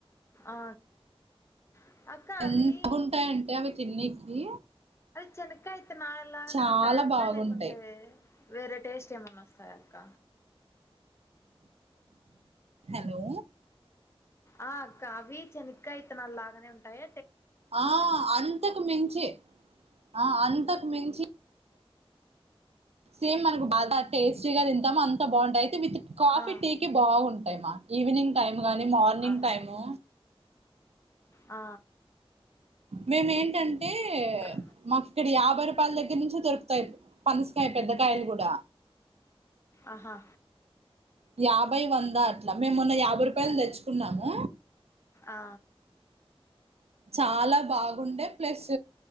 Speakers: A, on the left (about 25°); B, on the right (about 85°).
A: ఆ.. అక్క
B: ఎంత
A: అవి
B: బగుంటాయంటే అవి తిన్నికి
A: చినకాయితే నాలానే
B: చాలా
A: ఉంటాద
B: బాగుంటాయి
A: లేకుంటే వేరే టేస్ట్ ఏమన్నా వస్తాయా అక్క
B: హలో
A: ఆ.. అక్క అవి చెనక్క అయితే నల్లగానే ఉంటాయి
B: ఆ... అంతకు మించి ఆ అంతకు మించి సేమ్ మనకు బాగ టేస్టీగా తింటాము అంత బావుంటాయ్ విత్ కాఫీ
A: ఆ
B: టీకి బావుంటాయ్మా ఈవినింగ్ టైమ్ గాని మార్నింగ్
A: ఆహా
B: టైము
A: ఆ...
B: మేము ఏంటంటే
A: ట్ర
B: మాకు ఇక్కడ యాభై రూపాయల దగ్గర నించే దొరుకుతాయి పనస్కాయ పెద్ద కాయల గూడ
A: ఆహా
B: యాభై వంద అట్లా మేమొన్న యాభై రూపాయలు తెచ్చుకున్నాము
A: ఆ
B: చాలా బాగుండే ప్లస్